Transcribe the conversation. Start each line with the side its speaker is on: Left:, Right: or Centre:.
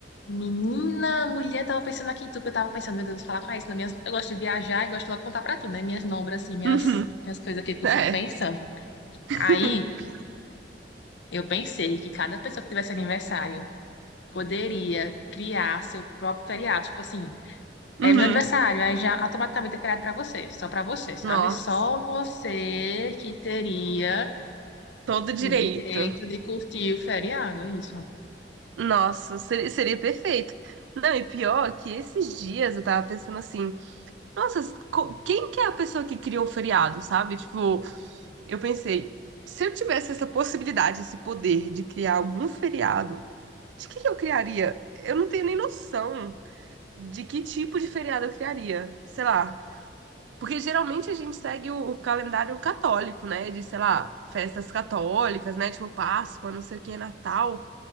Left: Menina, mulher, tava pensando aqui em tu, que eu tava pensando, meu Deus, falar com a Raíssa, minhas, eu gosto de viajar e gosto logo de contar pra tu, né? Minhas nombras, assim, minhas,
Right: Uhum,
Left: minhas coisas aqui que eu
Right: é.
Left: fico pensando.
Right: <laughs>
Left: Aí, eu pensei que cada pessoa que tivesse aniversário poderia criar seu próprio feriado. Tipo assim, é
Right: Uhum,
Left: meu aniversário, aí já automaticamente é feriado pra você, só pra você, sabe?
Right: nossa,
Left: Só você que teria
Right: todo direito.
Left: o direito de curtir o feriado, isso.
Right: Nossa, seria, seria perfeito. Não, e pior que esses dias eu tava pensando assim, nossa, co- quem que é a pessoa que criou o feriado, sabe? Tipo, eu pensei, se eu tivesse essa possibilidade, esse poder de criar algum feriado, de que que eu criaria? Eu não tenho nem noção de que tipo de feriado eu criaria. Sei lá, Porque geralmente a gente segue o, o calendário católico, né? De, sei lá, festas católicas, né? Tipo Páscoa, não sei o que, Natal,